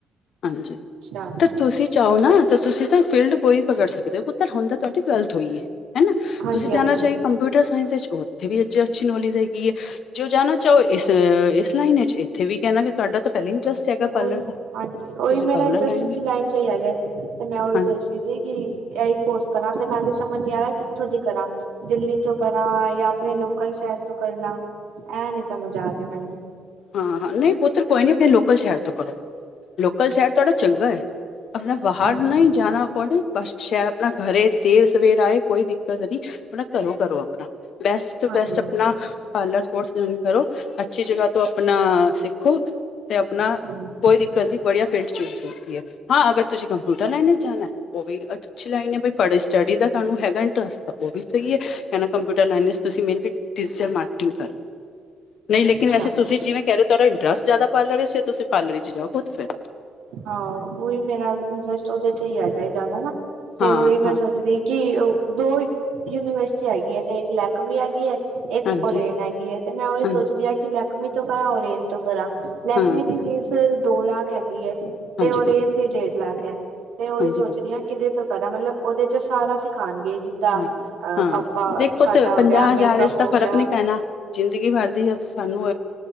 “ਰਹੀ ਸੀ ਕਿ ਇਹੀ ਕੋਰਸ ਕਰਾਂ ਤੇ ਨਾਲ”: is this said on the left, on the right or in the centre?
Right